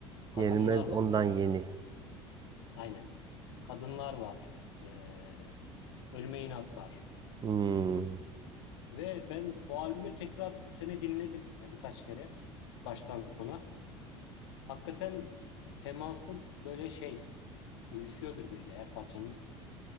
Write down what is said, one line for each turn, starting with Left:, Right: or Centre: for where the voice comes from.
Left: Kadınlar
Right: Yenilmez
Left: var.
Right: ondan yeni.
Left: Aynen. Kadınlar var. E, Ölüme İnat var.
Right: Hmm.
Left: Ve ben o albümü tekrar bu sene dinledim yani birkaç kere baştan sona. Hakikaten teması böyle şey uyuşuyor birbiriyle her parçanın